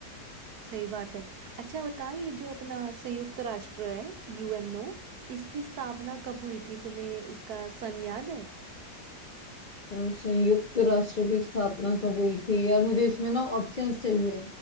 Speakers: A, on the right; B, on the left.
A: सही बात है अच्छा बता ये जो अपना संयुक्त राष्ट्र है यूएनओ इसकी स्थापना कब हुई थी तुम्हें इसका सन याद है
B: अ, संयुक्त राष्ट्र की स्थापना कब हुई थी यार मुझे इसमें ना ऑप्शंस चाहिए